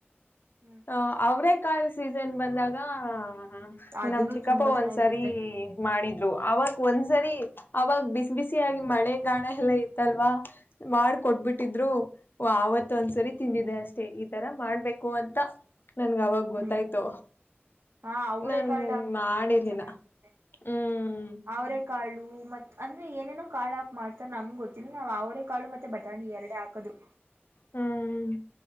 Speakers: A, on the right; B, on the left.
A: ಹ್ಮ್
B: ಹ ಅವ್ರೆ ಕಾಯಿ ಸೀಸನ್ ಬಂದಾಗ. ಹ
A: ಅದನ್ನು
B: ನಮ್ ಚಿಕ್ಕಪ್ಪ
A: ತುಂಬಾ ಚೆನ್ನಾಗಿರುತ್ತೆ
B: ಒಂದ್ಸರಿ ಮಾಡಿದ್ರು ಅವಾಗ ಒಂದ್ಸರಿ ಅವಾಗ ಬಿಸ್ ಬಿಸಿಯಾಗಿ ಮಳೆ ಗಾಣ ಎಲ್ಲ ಇತ್ತಲ್ವಾ. ಮಾಡಕೊಟ್ಬಿಟ್ಟಿದ್ರು. ವ ಆವತ್ತ ಒಂದ್ಸರಿ ತಿಂದಿದ್ದೆ ಅಷ್ಟೇ ಈ ತರ ಮಾಡ್ಬೇಕು ಅಂತ. ನನ್ಗ ಅವಾಗ ಗೊತ್ತಾಯ್ತು.
A: ಹ್ಮ್ ಹಾ ಅವರೇ
B: ನನ್
A: ಕಾಳ್ ಹಾಕ್ ಬಿಟ್ಟು
B: ಮಾಡಿರ್ಲಿಲ್ಲ
A: ಮಾಡ್ರೆ ಚೆನ್ನಾಗಿರುತ್ತೆ
B: ಹ್ಮ್
A: ಅವ್ರೇ ಕಾಳು ಮತ್ ಅಂದ್ರೆ ಏನೇನೋ ಕಾಳ ಹಾಕ್ ಮಾಡ್ತಾರ ನಮ್ಗ ಗೊ ಹ್ಮ ಅವರೆ ಕಾಳು ಮತ್ತೆ ಬಟಾಣಿ ಎರಡೆ ಹಾ ಕದು.
B: ಹ್ಮ್ ಹ್ಮ್